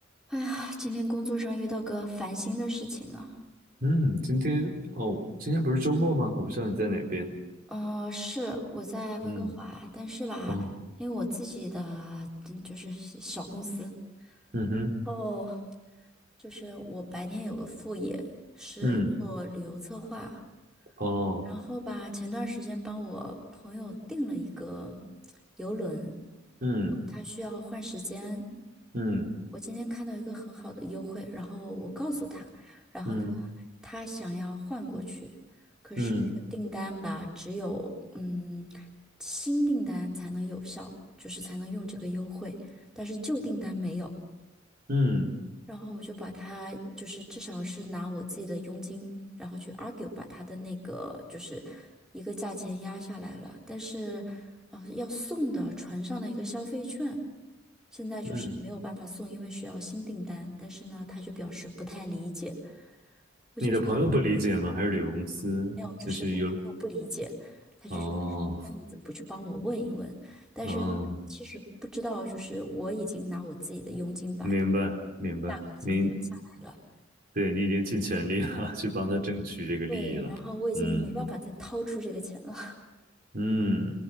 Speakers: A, in the centre; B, on the right.
A: 哎呀，今天工作上遇到个烦心的事情啊。
B: 嗯，今天哦，今天不是周末吗？我不知道你在哪边。
A: 呃，是我在温哥华，
B: 嗯，
A: 但是吧，
B: 哦，
A: 因为我自己的嗯就是小公司，
B: 嗯哼，
A: 哦，就是我白天有个副业是做旅游策划，
B: 嗯，哦，
A: 然后吧，前段时间帮我朋友订了一个游轮，
B: 嗯，
A: 他需要换时间。
B: 嗯，
A: 我今天看到一个很好的优惠，然后我告诉他，然后呢，
B: 嗯，
A: 他想要换过去，可是那个订单吧，
B: 嗯，
A: 只有嗯新订单才能有效，就是才能用这个优惠，但是旧订单没有。
B: 嗯，
A: 然后我就把他，就是至少是拿我自己的佣金，然后去 argue 把他的那个就是一个价钱压下来了。但是，呃，要送的船上的一个消费券，现在就是没有办法送，
B: 嗯，
A: 因为需要新订单。但是呢，他就表示不太理解，我就觉得
B: 你的朋友不理解吗？还是旅游公司？
A: 没有，就是我朋友不理解，
B: 就是有，
A: 他就觉得说，
B: 哦，
A: 那你怎么不去帮我问一问？但是其实不知道，
B: 哦，
A: 就是我已经拿我自己的佣金把价
B: 明白，明白，
A: 格已经压下来了。
B: 明，对，你已经尽全力了，<laughs> 去帮他争取这个利益了。
A: 对，然后我已经没办法再掏出这个钱了。
B: 嗯，嗯，